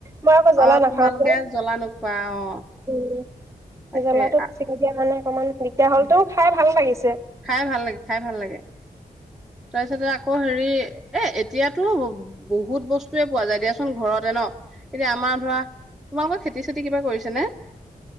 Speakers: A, on the right (about 20°); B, in the centre.
A: মই আকৌ জ্বলা
B: অ
A: নাখাও
B: তোমালোকে
A: যে,
B: জ্বলা নোখোৱা অ
A: ও'
B: তাকে
A: জ্বলাটো
B: আ-
A: চিঙি দিয়া কাৰণে অকমান দিগদাৰ হলতো। খাই ভাল লাগিছে।
B: খাই ভাল লাগে, খাই ভাল লাগে, তাৰপিছতে আকৌ হেৰি, এ' এতিয়াতো বহুত বস্তুৱয়ে পোৱা যায় দিয়াচোন ঘৰতে ন, এতিয়া আমাৰ ধৰা তোমালোকৰ খেতি চেতি কিবা কৰিছে নে?